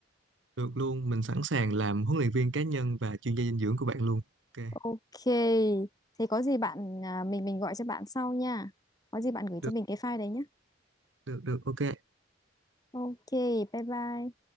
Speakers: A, on the right; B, on the left.
A: Được luôn, mình sẵn sàng làm huấn luyện viên cá nhân và chuyên gia dinh dưỡng của bạn luôn. Ok,
B: ok thế có gì bạn à, mình mình gọi cho bạn sau nha có gì bạn gửi
A: được,
B: cho mình cái file đấy nhé
A: được, được, ok.
B: Ok, bye bye.